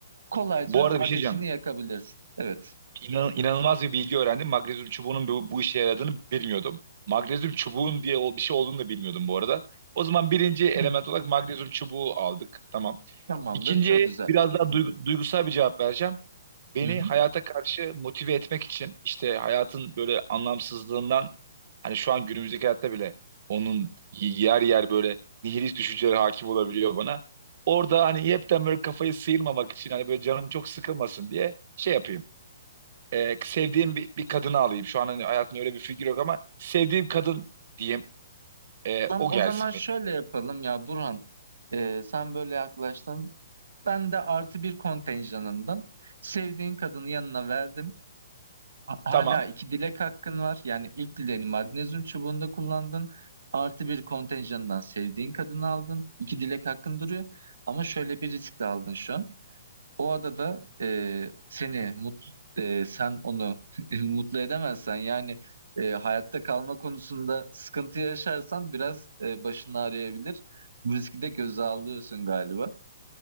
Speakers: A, on the right; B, on the right.
A: kolayca
B: Bu arada
A: ateşini
B: bir şey diyeceğim.
A: yakabilirsin. Evet.
B: İnan, inanılmaz bir bilgi öğrendim. Magnezyum çubuğunun bu, bu işe yaradığını bilmiyordum. Magnezyum çubuğun diye o- bir şey olduğunu da bilmiyordum bu arada. O zaman birinci element
A: Hı.
B: olarak magnezyum çubuğu aldık. Tamam.
A: Tamamdır.
B: İkinciye
A: Çok güzel.
B: biraz daha duygu- duygusal bir cevap vereceğim. Beni
A: Hı hı.
B: hayata karşı motive etmek için işte hayatın böyle anlamsızlığından hani şu an günümüzdeki hayatta bile onun yer yer böyle nihilist düşünceleri hakim olabiliyor bana. Orada hani hepten böyle kafayı sıyırmamak için hani böyle canım çok sıkılmasın diye şey yapayım e, sevdiğim bir, bir kadını alayım. Şu an hani hayatımda öyle bir figür yok ama sevdiğim kadın diyeyim. E,
A: Tamam,
B: o
A: o
B: gelsin
A: zaman şöyle
B: benim.
A: yapalım ya Burhan. Ee, sen böyle yaklaştın. Ben de artı bir kontenjanından sevdiğin kadını yanına verdim. Ha- Hala
B: Tamam.
A: iki dilek hakkın var. Yani ilk dileğini magnezyum çubuğunda kullandın. Artı bir kontenjandan sevdiğin kadını aldın. İki dilek hakkın duruyor. Ama şöyle bir risk de aldın şu an. O adada e, seni mutlu, sen onu <laughs> mutlu edemezsen yani e, hayatta kalma konusunda sıkıntı yaşarsan biraz e, başın ağrıyabilir. Bu riski de göze alıyorsun galiba.